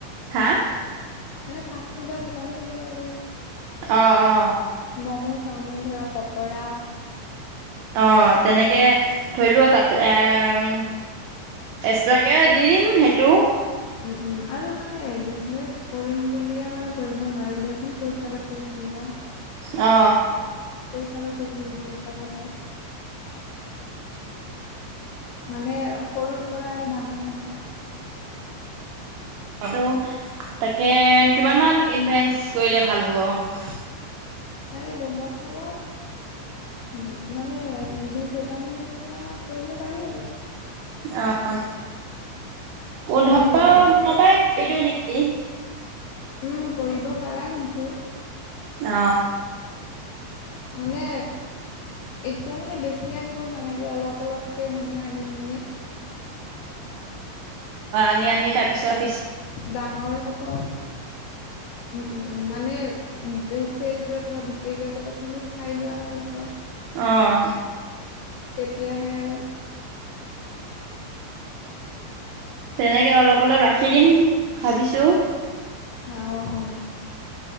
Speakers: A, on the right; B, on the left.
A: হা।
B: মানে ফাষ্ট ফুডৰ দোকানো দিব পাৰি।
A: অ অ
B: ম'ম', চাওমিন ধৰা পকৰা।
A: অ তেনেকে ধৰি লোৱা তাতে এম এক্সট্ৰাকে দি দিম সেইটো।
B: উম, উম আৰু মানে বিজনেচ কৰিম বুলিয়ে মানে কৰিব নোৱাৰি দিয়াচোন, পইচা পাতি লাগিব।
A: অ,
B: পইছা-পাতিৰো বহুত দৰকাৰ হ'ব। মানে সৰুৰ পৰা ডাঙৰ হ'ব।
A: আৰু তাকে কিমান মান ইনভেষ্ট কৰিলে ভাল হ'ব।
B: তাই দৰমহা সোমোৱাত মানে বিচ্ছ হাজাৰ মানৰ পৰা কৰিব পাৰি আৰু।
A: অ', পোন্ধৰ
B: মানে যে
A: মানৰ
B: তুম
A: পৰাই কৰি দিও নেকি।
B: উম, কৰিব পাৰা কিন্তু!
A: অ।
B: মানে এতিয়া মানে বেছি বেছি আনিব নালাগে অলপ অলপকৈ মানে আনি কিনে।
A: আনি-আনি তাৰ পিছত
B: ডাঙৰ হ'ব উম, উম, উম মানে চেল যোৱাটো বা বিক্ৰী যোৱাটো প্ৰথমে চাই লোৱা ভাল হ
A: অহ।
B: তেতিয়াহে আৰু
A: তেনেকে অলপ অলপ ৰাখি দিম ভাবিছো।
B: আহ অ।